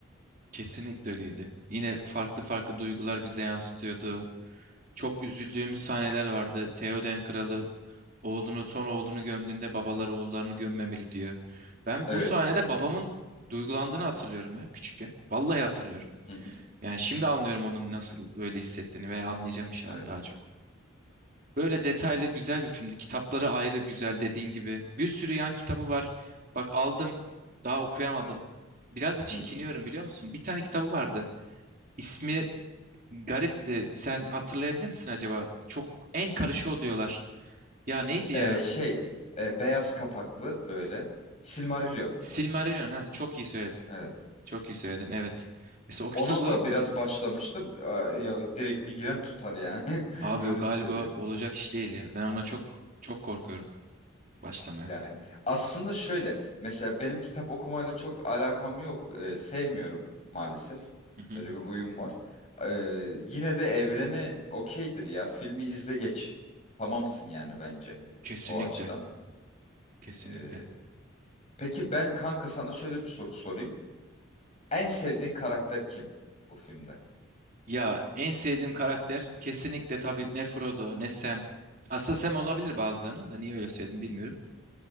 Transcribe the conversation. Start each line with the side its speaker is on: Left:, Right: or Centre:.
Right: kesinlikle öyleydi. Yine farklı farklı duygular bize yansıtıyordu. Çok üzüldüğümüz sahneler vardı. Theoden Kralı Oğlunu son oğlunu gömdüğünde babalar oğullarını gömmemeli diyor. Ben
Left: Evet.
Right: bu sahnede babamın duygulandığını hatırlıyorum ya küçükken. Vallahi hatırlıyorum.
Left: Hı hı,
Right: Yani şimdi anlıyorum onun nasıl öyle hissettiğini veya anlayacağım inşallah
Left: evet.
Right: daha çok. Böyle detaylı güzel bir filmdi. Kitapları ayrı güzel dediğin gibi. Bir sürü yan kitabı var. Bak aldım daha okuyamadım. Biraz da çekiniyorum
Left: Hı hı.
Right: biliyor musun? Bir tane kitabı vardı. İsmi garipti. Sen hatırlayabilir misin acaba? Çok en karışı o diyorlar. Ya neydi ya?
Left: E, şey e, beyaz kapaklı böyle Silmarillion.
Right: Silmarillion ha çok iyi söyledin.
Left: Evet.
Right: Çok iyi söyledin evet. Mesela o kitabı
Left: Onu da biraz başlamıştım. Aa, Ya direkt migren tutar yani. <laughs>
Right: abi
Left: Öyle
Right: o galiba
Left: söyleyeyim.
Right: olacak iş değil ya. Ben ona çok çok korkuyorum başlamaya.
Left: Yani aslında şöyle mesela benim kitap okumayla çok alakam yok. Ee, sevmiyorum maalesef.
Right: Hı hı.
Left: Öyle bir huyum var. Ee, yine de evreni okeydir ya. Filmi izle geç. Tamamsın yani bence
Right: Kesinlikle.
Left: o açıdan.
Right: Kesinlikle.
Left: Ee, peki ben kanka sana şöyle bir soru sorayım. En sevdiğin karakter kim bu filmde?
Right: Ya en sevdiğim karakter kesinlikle tabii ne Frodo ne Sam. Aslında Sam olabilir bazılarının da niye öyle söyledim bilmiyorum.